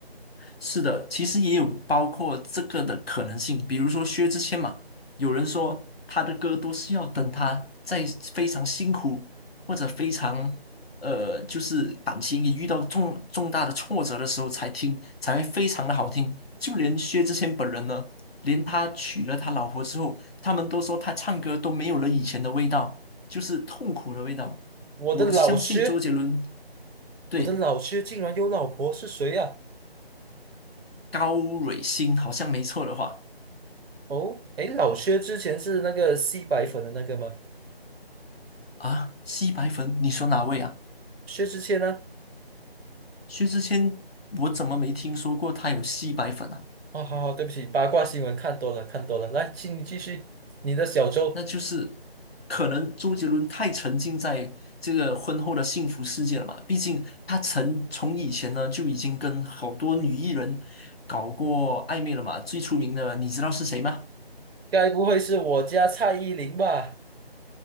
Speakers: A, on the left; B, on the right.
A: 是的，其实也有包括这个的可能性，比如说薛之谦嘛，有人说他的歌都是要等他在非常辛苦或者非常呃，就是感情也遇到重重大的挫折的时候才听，才会非常的好听。就连薛之谦本人呢，连他娶了他老婆之后，他们都说他唱歌都没有了以前的味道，就是痛苦的味道。
B: 我的老薛，
A: 我相信周杰伦对
B: 我的老薛竟然有老婆，是谁呀、
A: 高蕊欣好像没错的话。
B: 哦，诶，老薛之前是那个吸白粉的那个吗？
A: 啊，吸白粉？你说哪位啊？
B: 薛之谦呢？
A: 薛之谦，我怎么没听说过他有吸白粉啊？
B: 哦，好好，对不起，八卦新闻看多了，看多了。来，请你继续你的小周，
A: 那就是可能周杰伦太沉浸在这个婚后的幸福世界了嘛。毕竟他曾从以前呢就已经跟好多女艺人搞过暧昧了嘛。最出名的，你知道是谁吗？
B: 该不会是我家蔡依林吧？